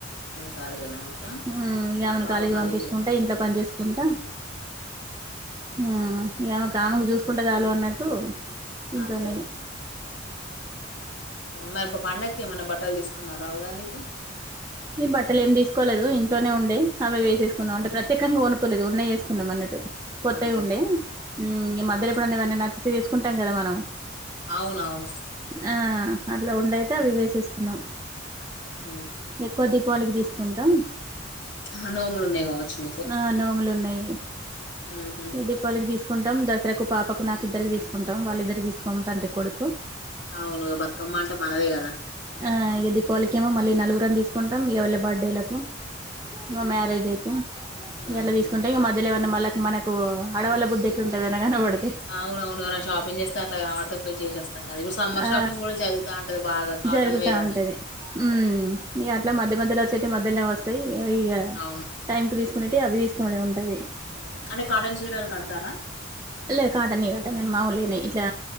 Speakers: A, on the left; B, on the right.
A: ఖాళీగానే ఉంటార
B: ఉమ్ ఇగ ఆమెను
A: పాప
B: కాలేజీకి
A: కాలేజ్
B: పంపించుకుంటా ఇంట్లో పని చేసుకుంటా ఆ ఆమెకు ఆమెకు చూసుకుంటే చాలు అన్నట్టు ఇంట్లోనేయ
A: అంతే మరి పండగకి ఏమైన్నా బట్టలు తీసుకున్నారా ఉగాదికి
B: ఈ బట్టలు ఏమి తీసుకోలేదు ఇంట్లోనే ఉం డే అవే వేసేసుకున్నాం అంటే ప్రత్యేకంగా కొనుక్కకోలేదు ఉన్నయి వేసుకున్నాం అన్నట్టు కొత్తవి
A: అంతే
B: ఉండే ఈ మధ్యల
A: ఆ
B: ఎప్పుడన్నవన్న నచ్చితే తీసుకుంటాం కదా మనం
A: అవునవును
B: ఆ అట్లా ఉండయితే అవి వేసేసుకున్నాం
A: హ
B: ఎక్కువ దీపావళికి తీసుకుంటాం
A: ఆ, నోములు ఉన్నాయి కావచ్చు మీకు
B: ఆ నోములు ఉన్నాయి
A: ఉహు
B: దీపాళికి తీసుకు తీసుకుంటాం దసరాకు పాపకు నాకు ఇద్దరికి తీసుకుంటం వాళ్ళిద్దరికి తీసుకోము తండ్రి కొడుకు
A: అవునుగా బతుకమ్మ అంట మనదే కదా
B: ఆ ఇగ దీపావలికేమో మళ్ళీ నలుగురు అని తీసుకుంటాం ఇకవళ్ళ బర్త్డేలకు ఇ మ్యారేజ్ డే కు
A: ఉహు
B: ఇగ అట్ల తీసుకుంటే ఇం మధ్యలే మళ్ళకి మనకు అడవల బుద్ధి ఎట్లుంటదని కనపడ
A: అవునవును ఎవరైనా షాపింగ్ చేస్తే అట్లా కనబడితే పోయి చేసస్తాం కదా ఇప్పుడు సమ్మర్
B: ఆ
A: షాపింగ్ కూడా జరుగుత ఉంటది బాగా కాటన్
B: జరుగుతా
A: వేర్ అని
B: ఉంటది ఉమ్ ఇట్లా మధ్య మధ్యలో వచ్చేటివి మధ్యలనే వస్తాయి ఇక
A: అవును
B: టైమ్ కి తీసుకునేటివి అవి తీసుకునుడే ఉంటది.
A: ఉమ్, అంటే కాటన్ చీరలు కడతారా
B: ఎ కాటానియి కట్టను మామూలి నే ఇట్లా